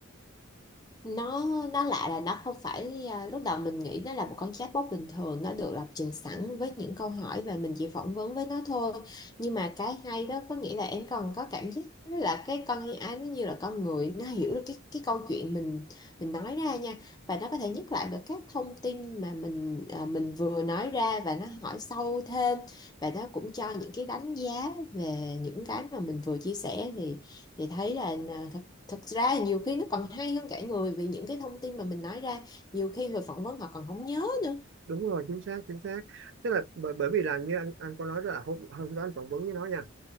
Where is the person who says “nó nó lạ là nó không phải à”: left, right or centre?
Left